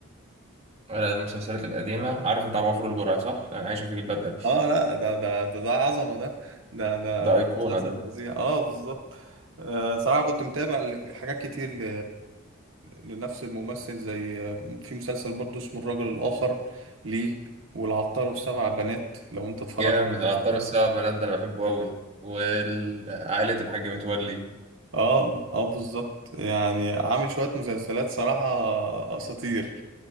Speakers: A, on the right; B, on the right.
A: ولا المسلسلات القديمة عارف انت عبد الغفور البرعي صح؟ انا عايشة في جلباب ابي
B: اه لا ده ده ده, ده عظمه ده ده ده
A: ده ايقونة
B: مسلسل
A: ده
B: فظيع اه بالظبط آه صراحه كنت متابع ل- حاجات كتير ل... لنفس الممثل زي آه، في مسلسل برضه اسمه الرجل الاخر ليه والعطار والسبع بنات لو انت اتفرجت
A: جامد العطار والسبع بنات ده انا بحبه قوي وعائلة الحاج متولي
B: اه اه بالظبط يعني عامل شويه مسلسلات صراحه اساطير